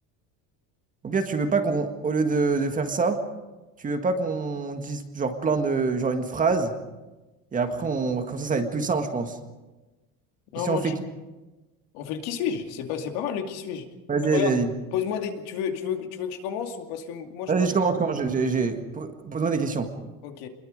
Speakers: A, on the right (about 20°); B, on the left (about 75°).
A: Ou bien tu veux pas qu'on, au lieu de, de faire ça, tu veux pas qu'on dise genre plein de, genre une phrase, et après on, comme ça ça va être plus simple, je pense.
B: Non,
A: Et si
B: moi,
A: on fait
B: je-
A: qui?
B: on fait le qui suis-je. C'est pas, c'est pas mal le qui suis-je.
A: Vas-y,
B: Mais regarde,
A: vas-y, vas-y.
B: pose-moi des. Tu veux, tu veux, tu veux que je commence ou parce que moi, je
A: Vas-y,
B: peux. avoir-
A: je commence, je commence, j'ai, j'ai, j'ai- po- pose-moi des questions.
B: Ok.